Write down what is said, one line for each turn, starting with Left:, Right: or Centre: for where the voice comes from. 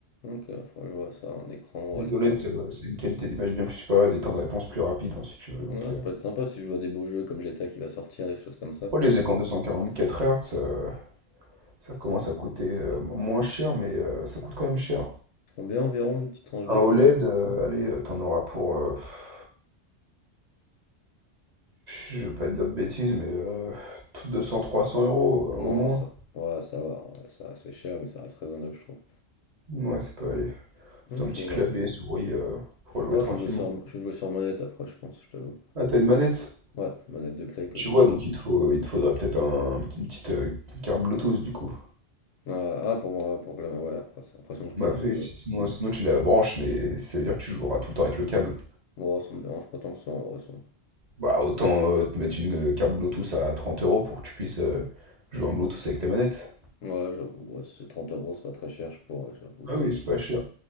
Left: Ok, faudra que je vois ça, un écran,
Right: Les
Left: ouais, l'écran.
Right: OLED,
Left: après.
Right: ça va- c'est une qualité d'image bien plus supérieure, des temps de réponse plus rapides, hein, si tu veux. Donc,
Left: Ouais,
Right: euh.
Left: ça peut être sympa si je vois des beaux jeux comme GTA qui va sortir, des choses comme ça.
Right: Oh, les écrans 244 Hz, euh, ça commence à coûter euh, mo- moins cher, mais euh, ça coûte quand même cher.
Left: Combien environ une petite tranche
Right: Un
Left: de prix?
Right: OLED, euh, allez, euh, t'en auras pour, euh, pff, je vais pas te dire de bêtises, mais euh, 200-300 euros euh, au
Left: Ouais,
Right: moins.
Left: ça, ouais, ça va, ouais, ça, c'est cher, mais ça reste raisonnable, je trouve.
Right: Ouais, ça peut aller.
Left: Ok,
Right: C'est un petit clavier
Left: bah.
Right: souris euh, pour jouer
Left: Ouais,
Right: tranquillement.
Left: je joue sur, je joue sur manette après, je pense, je t'avoue.
Right: Ah, t'as une manette?
Left: Ouais, manette de play que
Right: Tu
Left: je
Right: vois,
Left: m'en
Right: donc
Left: fous.
Right: il te faut, il te faudrait peut-être un- une petite euh, carte Bluetooth du coup.
Left: Ah, ah, pour moi, pour que la ouais, après, c'est l'impression que je prends
Right: Bah,
Left: le.
Right: parce
Left: bleu.
Right: que si- sinon, sinon tu la branches, mais ça veut dire que tu joueras tout le temps avec le câble.
Left: Moi, ça me dérange pas tant que ça, en vrai, ça.
Right: Bah autant euh, te mettre une euh, carte Bluetooth à 30 euros pour que tu puisses euh, jouer en Bluetooth avec ta manette.
Left: Ouais, j'avoue, ouais, si c'est 30 euros, c'est pas très cher, je pourrais, j'avoue,
Right: Ah oui,
Left: c'est.
Right: c'est pas cher.